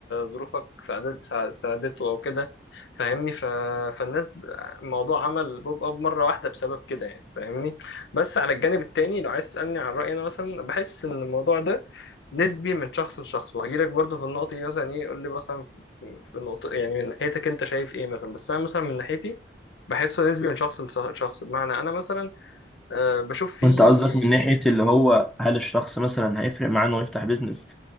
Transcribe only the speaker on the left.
ظروفك ساعدت سا- ساعدته او كده فاهمني ف... فالناس ب- الموضوع عمل بوب اب مره واحده بسبب كده يعني فاهمني بس على الجانب التاني لو عايز تسالني عن رايي انا مثلا بحس ان الموضوع ده نسبي من شخص لشخص وهجيلك برضه في النقطه دي مثلا ايه قول لي مثلا في نقطه يعني من ناحيتك انت شايف ايه مثلا بس انا مثلا من ناحيتي بحسه نسبي من شخص لشخص بمعنى انا مثلا آه، بشوف فيه